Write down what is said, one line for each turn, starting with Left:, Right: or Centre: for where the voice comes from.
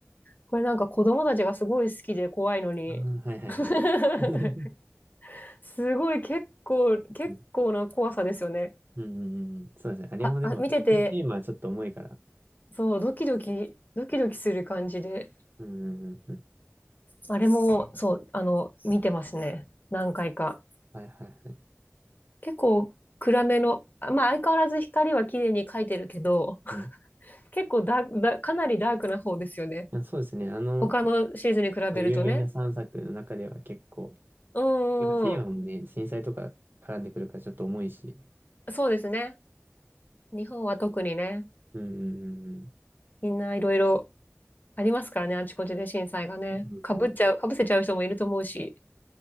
Left: これなんか子供たちがすごい好きで怖いのに。
Right: あはいはいはい。
Left: <laughs>
Right: <laughs> う
Left: すごい結構、結構な怖さですよね。
Right: んうんうんうん。そうですね。あれもでも、
Left: あ、あ、見てて、
Right: テテーマはちょっと重いから。
Left: そう、ドキドキ、ドキドキする感じで。
Right: うんうんうんうん。
Left: あれも、そう、あの、見てますね。何回か。
Right: はいはいはい。
Left: 結構暗めの、あまあ相変わらず光は綺麗に描いてるけど、<laughs>
Right: うん。
Left: 結構ダーク、ダーかなりダークな方ですよね。
Right: あ、そうですね。あの、
Left: 他のシリーズに比べるとね。
Right: 有名な3作の中では結構、
Left: うん
Right: テーマもね、
Left: うんうん。
Right: 震災とか絡んでくるからちょっと重いし。
Left: そうですね。日本は特にね、
Right: うん、うん、
Left: みんないろいろありますからね、あちこちで震災がね。
Right: うん。うんうんうん
Left: かぶっちゃう、かぶせちゃう人もいると思うし。